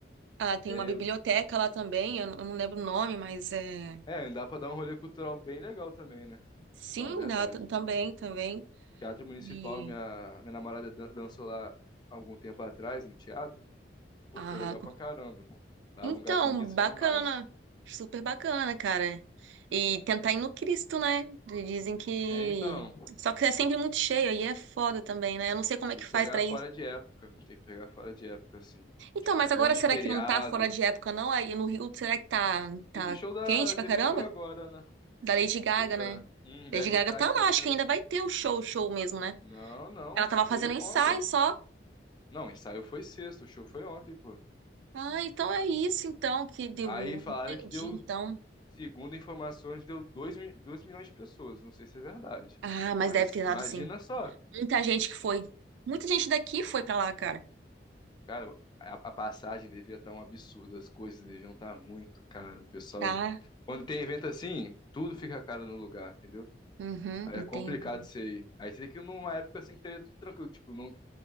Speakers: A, on the right; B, on the left.
A: Ah, tem
B: É,
A: uma biblioteca
B: eu,
A: lá também, eu, não eu não lembro o nome, mas é...
B: é, dá pra dar um rolê cultural bem legal também, né?
A: Sim,
B: Se falar a verdade.
A: lá t- também, também.
B: Teatro Municipal,
A: E...
B: minha, minha namorada dan- dançou lá algum tempo atrás, no teatro. Pô,
A: Ah,
B: foi legal pra caramba. Lá
A: Então,
B: é um lugar bonito
A: bacana.
B: demais.
A: Super bacana, cara. E tentar ir no Cristo, né? Dizem que.
B: É, então,
A: Só que é sempre muito cheio, aí é foda também, né? Eu não sei como é
B: tem
A: que
B: que
A: faz
B: pegar
A: pra
B: fora
A: ir.
B: de época. Tem que pegar fora de época, assim.
A: Então,
B: Tipo,
A: mas agora
B: longe
A: será
B: de feriado.
A: que não tá fora de época, não? Aí no Rio, será que tá, tá
B: Teve show da.
A: quente pra
B: Teve
A: caramba?
B: show agora, né?
A: Da Lady Gaga,
B: Show da.
A: né?
B: Hum,
A: Lady
B: deve
A: Gaga
B: estar
A: tá
B: aquilo
A: lá, acho
B: da.
A: que ainda vai ter o show, show mesmo, né?
B: Não, não.
A: Ela tava
B: Foi
A: fazendo
B: o-
A: ensaio
B: ontem.
A: só.
B: Não, o ensaio foi sexta. O show foi ontem, pô.
A: Ah, então é isso, então, que deu.
B: Aí falaram
A: Entendi,
B: que deu,
A: então.
B: segundo informações, deu dois, mi- dois milhões de pessoas. Não sei se é verdade.
A: Ah, mas
B: Mas
A: deve ter dado
B: imagina
A: sim.
B: só.
A: Muita gente que foi. Muita gente daqui foi pra lá, cara.
B: Cara, a, a passagem devia estar um absurdo, as coisas deviam estar muito caro. O pessoal,
A: Tá.
B: quando tem evento assim, tudo fica caro no lugar, entendeu?
A: Uhum,
B: Aí
A: entendi.
B: é complicado isso aí. Aí você tem que ir numa época assim que esteja tudo tranquilo, tipo, não